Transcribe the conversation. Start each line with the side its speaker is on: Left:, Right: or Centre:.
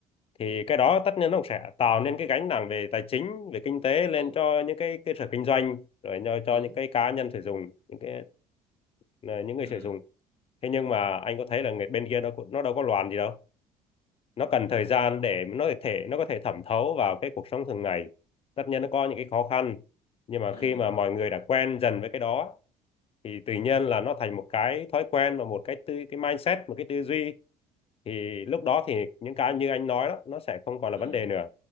Left: Thì cái đó tất nhiên nó cũng sẽ tạo nên cái gánh nặng về tài chính, về kinh tế lên
Right: đúng
Left: cho những cái cơ sở kinh doanh, rồi cho,
Right: đúng
Left: cho những cái cá nhân sử dụng, những cái những người
Right: ừ
Left: sử dụng. Thế nhưng mà anh có thấy là người bên kia nó cũng- nó đâu có loạn gì đâu nó cần thời gian để nó có thể nó có thể thẩm thấu vào cái cuộc sống thường ngày tất nhiên nó có những cái khó khăn nhưng mà
Right: ừ
Left: khi mà mọi người đã quen dần với cái đó thì tự nhiên là nó thành một cái thói quen và một cái tư cái mindset một cái tư duy thì lúc đó thì những cái như anh nói đó nó sẽ không còn là
Right: ừ
Left: vấn đề nữa